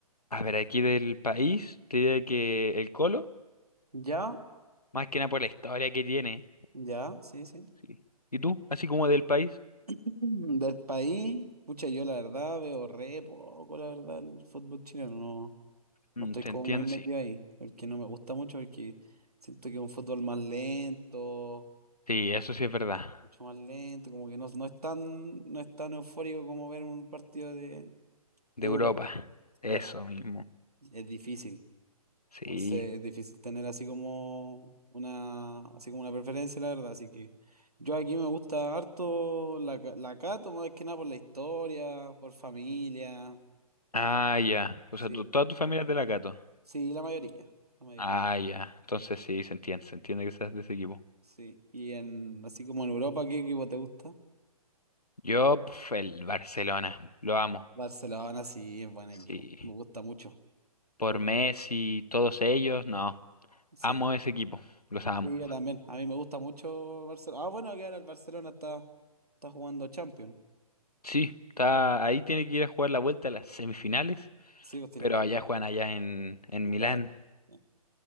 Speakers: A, on the left; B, on the right.
A: A ver, aquí del país, te diría que el Colo,
B: Ya,
A: más que nada por la historia que tiene.
B: ya, sí, sí.
A: Sí. ¿Y tú? Así como del país.
B: Mm, Del país, pucha, yo la verdad veo re poco, la verdad, el fútbol chileno, no. No
A: Mm,
B: estoy
A: te
B: como
A: entiendo,
B: muy metido
A: sí.
B: ahí, porque no me gusta mucho, porque siento que es un fútbol más lento,
A: Sí, eso sí es verdad.
B: mucho más lento, como que no, no es tan, no es tan eufórico como ver un partido de,
A: De
B: de Europa.
A: Europa. Eso
B: Claro,
A: mismo.
B: es difícil.
A: Sí.
B: Entonces es difícil tener así como una, así como una preferencia, la verdad. Así que yo aquí me gusta harto la, ca- la Cato, más que nada por la historia, por familia.
A: Ah, ya. O
B: Sí,
A: sea, tu- toda tu familia es de la Cato.
B: sí, la mayoría, la mayoría.
A: Ah, ya. Entonces sí, se entiende, se entiende que seas de ese equipo.
B: Sí. Y en, así como en Europa, ¿qué equipo te gusta?
A: Yo, pf, el Barcelona, lo amo.
B: Barcelona, sí, es buen equipo.
A: Sí.
B: Me gusta mucho.
A: Por
B: Me gusta
A: Messi,
B: mucho.
A: todos ellos, no.
B: Sí.
A: Amo ese equipo, los amo.
B: Sí, yo también. A mí me gusta mucho Barcelona. Ah, bueno, que ahora el Barcelona está, está jugando Champions.
A: Sí, está, ahí tiene que ir a jugar la vuelta a las semifinales,
B: Sí, pues tiene
A: pero
B: que ir a
A: allá
B: jugar allá,
A: juegan allá en, en
B: en Italia.
A: Milán.
B: Sí.